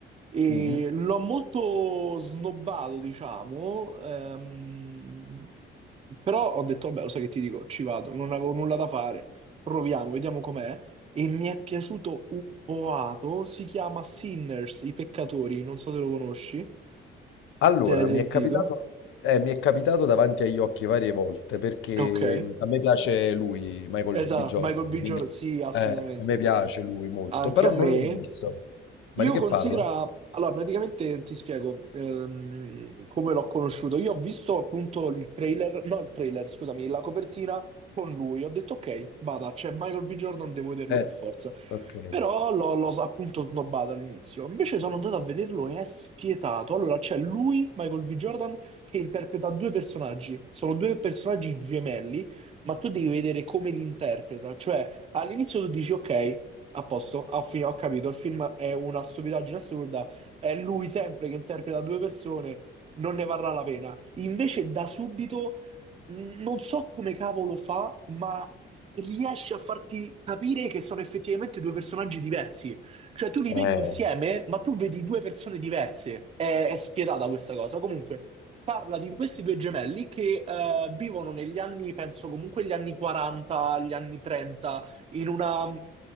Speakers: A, on the right; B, on the left.
A: e
B: Mm.
A: l'ho molto snobbato, diciamo, ehm, però ho detto, vabbè, lo sai che ti dico, ci vado, non avevo nulla da fare, proviamo, vediamo com'è e mi è piaciuto un boato, si chiama Sinners, I peccatori, non so se lo conosci,
B: Allora,
A: se ne hai sentito.
B: mi è capitato, eh, mi è capitato davanti agli occhi varie volte perché
A: Ok,
B: mm, a me piace lui, Michael
A: esatto,
B: B. Jordan,
A: Michael B.
B: quindi
A: Jordan, sì, assolutamente.
B: eh, a me piace lui molto,
A: Anche
B: però
A: a
B: non
A: me.
B: l'ho visto. Ma
A: Io
B: di che
A: considero,
B: parla?
A: allora praticamente ti spiego ehm, come l'ho conosciuto. Io ho visto appunto il trailer, no il trailer, scusami, la copertina con lui. Ho detto ok, vada, c'è Michael B. Jordan, devo vederlo
B: Eh,
A: per forza.
B: ok.
A: Però l'ho l'ho appunto snobbato all'inizio. Invece sono andato a vederlo e è spietato. Allora c'è lui, Michael B. Jordan, che interpreta due personaggi. Sono due personaggi gemelli, ma tu devi vedere come li interpreta. Cioè, all'inizio tu dici ok. A posto, ah, fi- ho capito, il film è una stupidaggine assurda, è lui sempre che interpreta due persone, non ne varrà la pena. Invece da subito non so come cavolo fa, ma riesce a farti capire che sono effettivamente due personaggi diversi. Cioè, tu li
B: Eh,
A: vedi insieme, ma tu vedi due persone diverse. È, è spietata questa cosa. Comunque, parla di questi due gemelli che eh, vivono negli anni, penso comunque gli anni 40, gli anni 30, in una...